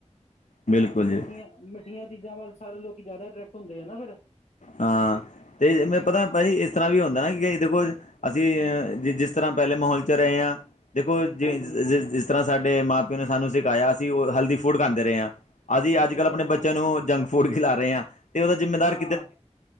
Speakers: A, on the left; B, on the left.
A: ਬਿਲਕੁਲ
B: ਮਿੱਠੀਆਂ,
A: ਜੀ
B: ਮਿੱਠੀਆਂ ਚੀਜ਼ਾਂ ਵੱਲ ਸਾਰੇ ਲੋਕ ਜ਼ਿਆਦਾ ਅਟਰ੍ਰੈਕਟ ਹੁੰਦੇ ਆ ਨਾ ਫਿਰ।
A: ਹਾਂ ਤੇ ਮੈ
B: ਹਾਂਜੀ
A: ਪਤਾ ਭਾਜੀ ਇਸ ਤਰ੍ਹਾਂ ਵੀ ਹੁੰਦਾ ਨਾ ਕਿ ਦੇਖੋ ਅਸੀਂ ਅ ਜਿਸ ਤਰ੍ਹਾਂ ਪਹਿਲੇ ਮਹੋਲ ਚ ਰਹੇ ਹਾਂ ਦੇਖੋ ਜੇ
B: ਹਾਂਜੀ
A: ਜਿਸ ਤਰ੍ਹਾਂ ਸਾਡੇ ਮਾਂ ਪਿਓ ਨੇ ਸਾਨੂੰ ਸਿਖਾਇਆ ਅਸੀਂ ਉਹ ਹੈਲਦੀ ਫੂਡ ਖਾਂਦੇ ਰਹੇ ਆ। ਅਸੀਂ ਅੱਜ- ਕੱਲ੍ਹ ਆਪਣੇ
B: ਹਾਂਜੀ
A: ਬੱਚਿਆਂ ਨੂੰ ਜੰਕ ਫੂਡ ਖਿਲਾ ਰਹੇ ਆ ਤੇ ਉਦਾ ਜਿੰਮੇਦਾਰ,
B: ਹਾਂ